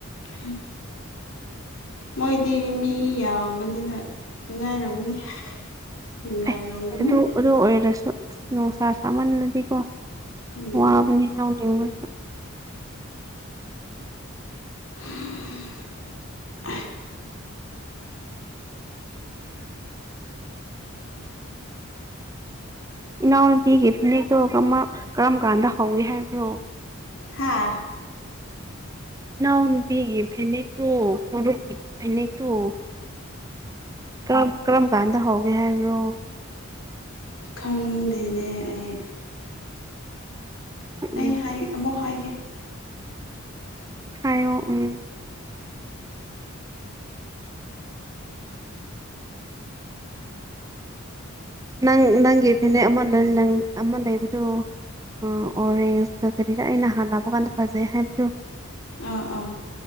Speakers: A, on the left (about 70°); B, on the right (about 15°).
A: ꯎꯝ ꯃꯣꯏꯗꯤ ꯃꯤ ꯌꯥꯝꯕꯅꯤꯅ ꯅꯨꯡꯉꯥꯏꯔꯝꯅꯤ ꯅꯨꯡꯉꯥꯏꯔꯝꯒꯅꯤ
B: ꯑꯁ ꯑꯗꯨ ꯑꯗꯨ ꯑꯣꯏꯔꯁꯨ ꯑꯁ ꯅꯨꯡꯁꯥ ꯁꯥꯥꯃꯜꯂꯗꯤꯀꯣ
A: ꯎꯝ
B: ꯋꯥꯕꯅꯤ ꯅꯧꯅꯤꯡꯕ
A: <unintelligible>
B: ꯏꯅꯥꯎꯅꯨꯄꯤꯒꯤ ꯐꯤꯅꯦꯛꯇꯣ ꯀꯔꯝ ꯀꯥꯟꯗ ꯍꯧꯏ ꯍꯥꯏꯕ꯭ꯔꯣ
A: ꯍꯥꯥ
B: ꯅꯅꯥꯎ ꯅꯨꯄꯤꯤꯒꯤ ꯐꯅꯦꯛꯛꯇꯣꯔ ꯐꯦꯅꯦꯛꯦꯛꯛꯇꯣ ꯀꯔꯝ ꯀꯔꯝ ꯀꯥꯟꯗ ꯍꯧꯒꯦ ꯍꯥꯏꯕ꯭ꯔꯣ
A: ꯈꯪꯗꯦꯅꯦ ꯑꯩ
B: ꯎꯝ
A: ꯑꯩ ꯍꯥꯏ ꯑꯃꯨꯛ ꯍꯥꯏꯒꯦ
B: ꯍꯥꯏꯣ ꯎꯝ
A: ꯎꯝ
B: ꯅꯪ ꯅꯪꯒꯤ ꯐꯅꯦ ꯑꯃ ꯑꯃ ꯂꯩꯕꯗꯣ ꯑ ꯑꯣꯔꯦꯟꯖꯀ ꯀꯔꯤꯗ ꯑꯩꯩꯅ ꯅꯍꯥꯟ ꯂꯥꯛꯄ ꯀꯥꯟꯗ ꯐꯖꯩ ꯍꯥꯏꯕꯗꯨ
A: ꯑꯥ ꯑꯥ